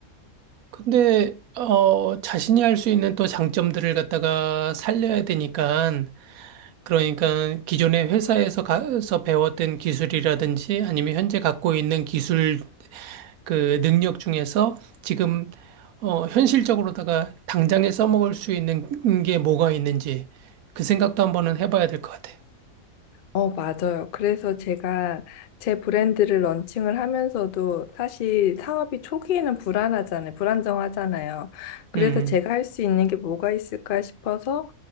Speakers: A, on the right; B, on the left.
A: 근데 어 자신이 할 수 있는 또 장점들을 갖다가 살려야 되니까 그러니까 기존의 회사에서 가서 배웠던 기술이라든지 아니면 현재 갖고 있는 기술 그 능력 중에서 지금 어, 현실적으로다가 당장에 써먹을 수 있는 게 뭐가 있는지 그 생각도 한번은 해봐야 될 것 같아요.
B: 어, 맞아요. 그래서 제가 제 브랜드를 런칭을 하면서도 사실 사업이 초기에는 불안하잖아요. 불안정하잖아요. 그래서
A: 음,
B: 제가 할 수 있는 게 뭐가 있을까 싶어서